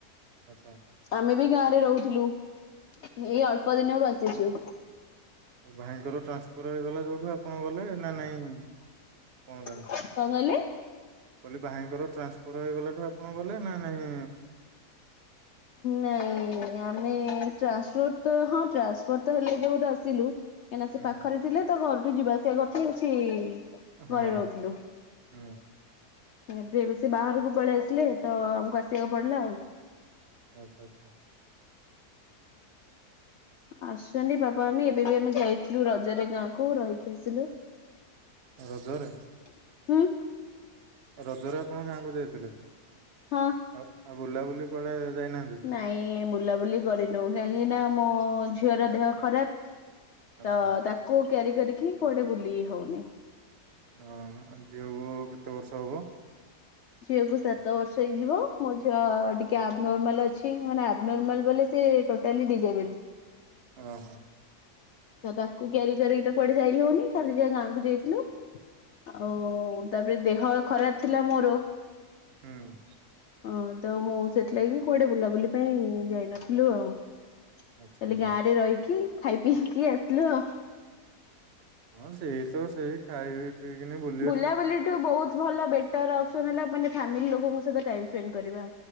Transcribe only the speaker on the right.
ଆଚ୍ଛା।
ଭାଇଙ୍କର ଟ୍ରାନ୍ସଫର ହେଇଗଲା ଯୋଉଠୁ ଆପଣ ଗଲେ ନା ନାଇଁ କଣ କ
କହିଲି ଭାଇଙ୍କର ଟ୍ରାନ୍ସଫର ହେଇଗଲାଠୁ ଆପଣ ଗଲେ ନା ନାଇଁ
ହୁଁ
ହଁ
ହୁଁ।
ଆଚ୍ଛା ଆଚ୍ଛା
ରଜରେ
ରଜରେ ଆପଣ ଗାଁକୁ ଯାଇଥିଲେ
ଆଉ ଆଉ ବୁଲାବୁଲି କ ଯାଇନାହାନ୍ତି
ଆଚ୍ଛା
ହ ଆ ଝିଅକୁ କେତେ ବର୍ଷ ହବ
ଓହୋ
ହୁଁ
ଆଚ୍ଛା
ଆଚ୍ଛା
ହଁ ସେଇ ତ ସେଇ ଖାଇ ପିଇକିନି ବୁ